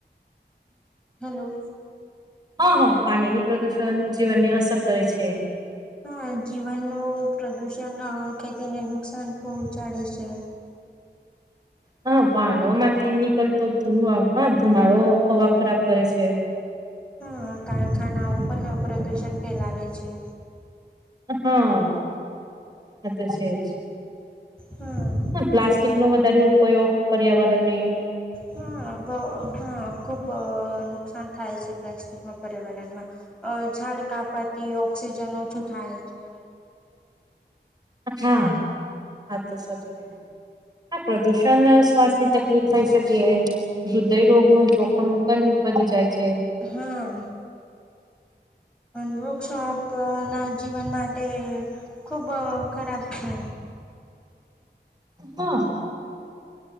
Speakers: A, in the centre; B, on the right (about 20°).
A: હલો.
B: હા હા પાણીની પ્રદુષણ જીવનની અસર કરે છે.
A: હા જીવનનું પ્રદુષણ આ ખેતીને નુકસાન પહોંચાડે છે.
B: હા વાહનો માંથી નીકળતો હ ધુમાડો હવા ખરાબ કરે છે.
A: હા હા કારખાના પણ નો પ્રદૂષણ ફેલાવે છે.
B: હા એ તો છે જ.
A: હા.
B: હ પ્લાસ્ટિક નો વધારે ઉપયોગ પર્યાવરણની
A: હા બ હા ખૂબ નુકસાન થાય છે પ્લાસ્ટિકમાં પર્યાવરણમાં અ ઝાડ કાપવાથી ઓક્સિજન ઓછું થાય છે.
B: હા, વાત તો સાચી છે આ પ્રદૂષણ સ્વાસ્થ્ય ને તકલીફ થઈ શકી હૃદય રોગ નું જોખમ પણ વધી જાય છે.
A: હા. પણ વૃક્ષોપ ના જીવન માટે ખુબ ખરાબ છે.
B: હા.